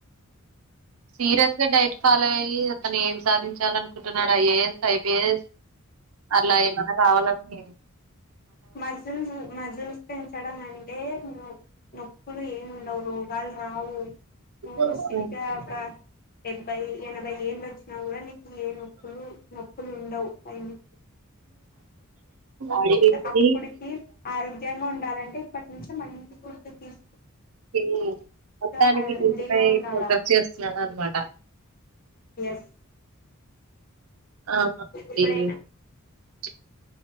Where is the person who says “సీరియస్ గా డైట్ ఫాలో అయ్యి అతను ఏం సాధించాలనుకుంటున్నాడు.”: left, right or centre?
Right